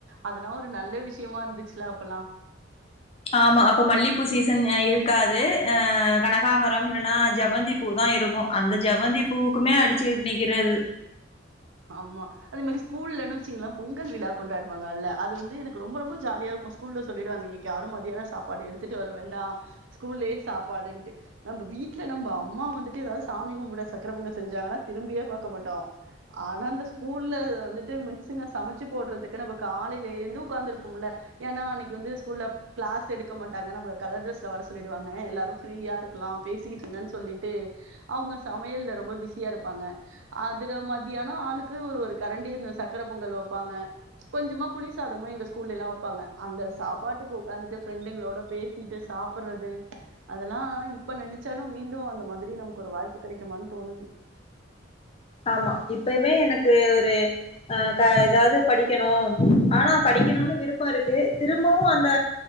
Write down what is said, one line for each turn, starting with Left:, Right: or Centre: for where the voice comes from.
Right: அதெல்லா ஒரு நல்ல விஷயமா இருந்துச்சுல அப்பெல்லா
Left: ஆமா அப்ப மல்லிப்பூ சீசன் ய இருக்காது அஹ் கனகாம்பரம் இல்லன்னா ஜெவ்வந்தி பூ தா இருக்கும் அந்த ஜெவ்வந்தி பூவுக்குமே அடிசுக்கிட் நிக்கிறது
Right: ஆமா அதே மாரி ஸ்கூல்லனா வெச்சீங்கள பொங்கல் விழா கொண்டாடுவாங்கல்ல அது வந்து எனக்கு ரொம்ப ரொம்ப ஜாலியா இருக்கும் ஸ்கூல்ல சொல்லிடுவாங்க இன்னைக்கு யாரும் மதியானம் சாப்பாடு எடுத்துட்டு வர வேண்டா ஸ்கூல்லயே சாப்பாடுன்ட்டு நம்ப வீட்டுல நம்ப அம்மா வந்துட்டு எதாவது சாமி கும்பிட சக்கரபொங்கல் செஞ்சாங்கன்னா திரும்பியே பாக்க மாட்டோ ஆனா அந்த ஸ்கூல்ல வந்துட்டு மிஸ்சுங்க சமச்சு போடுறதுக்கு நம்ம காலைய்ல இருந்து உட்காந்துருப்போம்ல ஏன்னா அன்னைக்கு வந்து ஸ்கூல்ல கிளாஸ் எடுக்க மாட்டாங்க நம்மள கலர் ட்ரெஸ்ல வர சொல்லிடுவாங்க எல்லாரும் ஃப்ரீயா இருக்கலா பேசிக்கிட்டு இருங்கன்னு சொல்லிட்டு அவங்க சமயல்ல ரொம்ப பிஸியா இருபாங்க அதுல மதி மதியானோ ஆளுக்கு ஒரு கரண்டி இந்த சக்கர பொங்கல் வைப்பாங்க கொஞ்சமா புளி சாதமு எங்க ஸ்கூல்லைலா வப்பாங்க அந்த சாப்பாட்டுக்கு உக்காந்துட்டு ஃப்ரெண்டுங்களோட பேசிட்டு சாப்புடுறது அதெல்லா இப்ப நெனச்சாலு மீண்டு அந்த மாதிரி நமக்கு ஒரு வாய்ப்பு கிடைக்குமானு தோணுது
Left: ஆமா இப்பவே எனக்கு ஒரு அஹ் க எதாவது படிக்கணு ஆனா படிக்கணுனு விருப்பம் இருக்கு திரும்பவும் அந்த